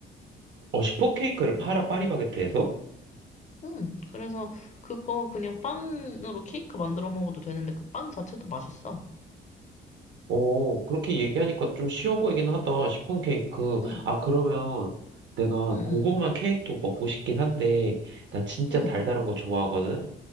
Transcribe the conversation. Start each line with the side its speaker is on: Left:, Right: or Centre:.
Right: 어, 시폰 케이크를 팔아,
Left: 응.
Right: 파리바게트에서?
Left: 응. 그래서 그거 그냥 빵으로 케이크 만들어 먹어도 되는데 그 빵 자체도 맛있어.
Right: 오 그렇게 얘기하니까 좀 쉬워 보이긴 하다. 시폰 케이크.
Left: 응.
Right: 아, 그러면 내가
Left: 응, 응,
Right: 고구마 케이크도 먹고 싶긴 한데, 나 진짜
Left: 응,
Right: 달달한 거 좋아하거든?